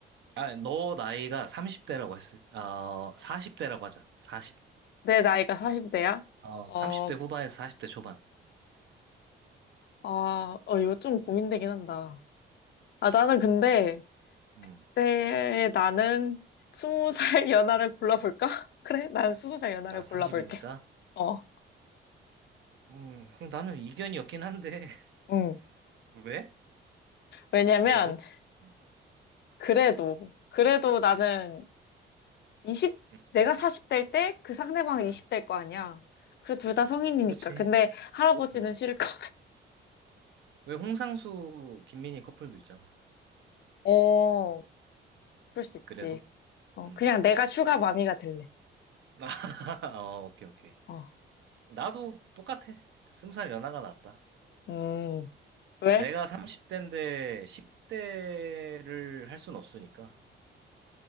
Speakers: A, on the right; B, on the left.
A: 아, 너 나이가 30대라고 했을, 어, 40대라고 하자. 사십.
B: 내 나이가 40대야?
A: 어,
B: 어,
A: 30대 후반에서 40대 초반.
B: 아, 어, 이거 좀 고민되긴 한다. 아, 나는 근데,
A: 음.
B: 그때 나는 스무살 연하를 골라볼까? <laughs> 그래? 난 스무살 연하를
A: 나 40이니까.
B: 골라볼게. 어,
A: 음, 그럼 나는 이견이 없긴 한데. <laughs>
B: 응.
A: 왜?
B: 왜냐면,
A: 그래도? 음.
B: 그래도, 그래도 나는 20,
A: 음,
B: 내가
A: 음,
B: 40대일 때 그 상대방은
A: 음.
B: 20대일 거 아니야. 그래, 둘 다 성인이니까.
A: 그렇지.
B: 근데 할아버지는
A: 음.
B: 싫을 것 같아.
A: 왜 홍상수, 김민희 커플도 있잖아.
B: 어, 그럴 수 있지.
A: 그래도?
B: 어,
A: 음.
B: 그냥 내가 슈가 마미가 될래.
A: <laughs> 아, 어, 오케이, 오케이.
B: 어,
A: 나도 똑같아. 스무 살 연하가 낫다.
B: 음, 왜?
A: 내가 30대인데 10대를 할 순 없으니까.